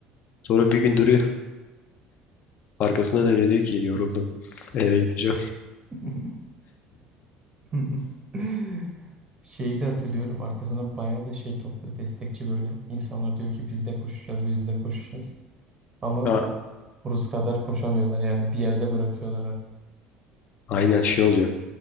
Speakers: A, on the left; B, on the right.
A: Sonra bir gün duruyor. Arkasına dönüyor diyor ki yoruldum. <laughs> Eve gideceğim.
B: <laughs> <laughs> Şeyi de hatırlıyorum. Arkasına bayağı da şey topluyor. Destekçi böyle. İnsanlar diyor ki biz de koşacağız, biz de koşacağız. Ama
A: Ha,
B: Rus kadar koşamıyorlar. Yani bir yerde bırakıyorlar
A: aynen şey oluyor.